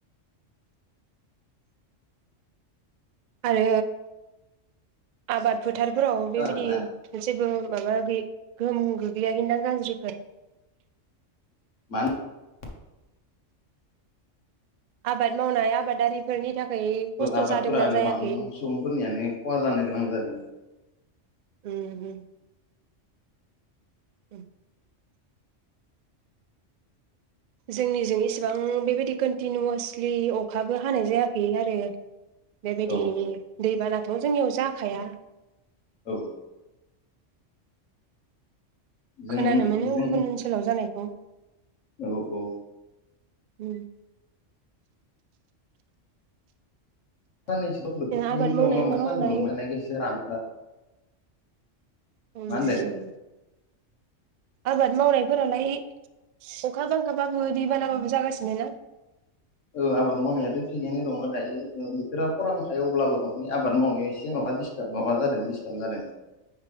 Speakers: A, on the right; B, on the left.
A: आरो आबादफोर फोथारफोराव
B: खोनादोंना
A: बेबायदि जेबो माबा गै गोहोम गोग्लैयाखैदां गाज्रिफोर
B: <unintelligible>
A: आबाद मावनाय आबादारिफोरनि थाखाय खस्थ'
B: आबादफोरा
A: जादोंना जायाखै
B: गोबां सुबुंफोरनियानो खहा जानो गोनां जादों
A: ओम ओम ओम जोंनिजों इसिबां बेबायदि कन्टिनिउवासलि अखाबो हानाय जायाखै आरो बेबायदि
B: औ
A: दै बानथ' जोंनियाव जाखाया
B: औ जों
A: खोनानो मोनो
B: जों
A: गुबुन ओनसोलाव जानायखौ
B: औ औ
A: ओम
B: साननैसो
A: आबाद मावनाय मा
B: सान्दुं
A: मावनाय
B: रानला
A: ओम
B: मा होनदों
A: ओम आबाद मावनायफोरालाय अखा बांखाबाबो दै बानाबाबो जागासिनो ना
B: औ आबाद मावनायाथ' थिगैनो दङ' दायो बोथोरा खरां थायो अब्लाबो माने आबाद मावनायाव एसे माबा दिस्टार्ब माबा जादों दिस्टार्ब जादों